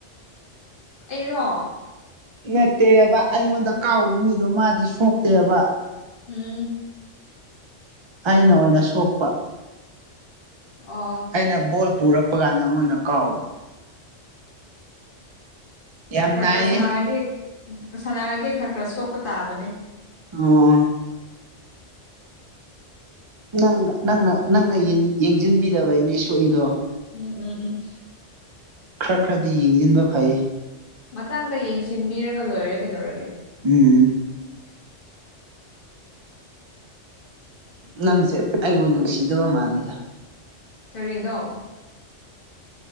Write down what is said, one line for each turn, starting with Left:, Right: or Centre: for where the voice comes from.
Left: ꯑꯩꯔꯣ꯫
Right: ꯅꯠꯇꯦꯕ ꯑꯩꯉꯣꯟꯗ ꯀꯥꯎꯕ ꯃꯤꯗꯣ ꯃꯥꯗꯤ ꯁꯣꯛꯇꯦꯕ꯫
Left: ꯎꯝ꯫
Right: ꯑꯩꯅ ꯑꯣꯏꯅ ꯁꯣꯛꯄ꯫
Left: ꯑꯣ꯫
Right: ꯑꯩꯅ ꯕꯣꯜ ꯄꯨꯔꯛꯄꯀꯥꯟꯗ ꯃꯣꯏꯅ ꯀꯥꯎꯕ꯫ ꯌꯥꯝ
Left: ꯈꯔ
Right: ꯅꯥꯏꯌꯦ
Left: ꯈꯔ ꯁꯅꯔꯗꯤ ꯁꯥꯟꯅꯔꯗꯤ ꯈꯔ ꯈꯔ ꯁꯣꯛꯄ ꯇꯥꯕꯅꯦ꯫
Right: ꯑꯣ꯫ ꯅꯪ ꯅꯪꯅ ꯅꯪꯅ ꯌꯦꯡꯁꯤꯟꯕꯤꯗꯕꯩꯅꯦ ꯁꯣꯛꯏꯗꯣ꯫
Left: ꯎꯝ ꯎꯝ ꯎꯝ꯫
Right: ꯈꯔ ꯈꯔꯗꯤ ꯌꯦꯡꯁꯤꯟꯕ ꯐꯩ꯫
Left: ꯃꯊꯪꯗ ꯌꯦꯡꯁꯤꯟꯕꯤꯔꯒ ꯂꯣꯏꯔꯦ ꯀꯩꯗꯧꯔꯒꯦ꯫
Right: ꯎꯝ ꯅꯪꯁꯦ ꯑꯩꯕꯨ ꯅꯨꯡꯁꯤꯗꯕ ꯃꯥꯜꯂꯦꯗ
Left: ꯀꯔꯤꯅꯣ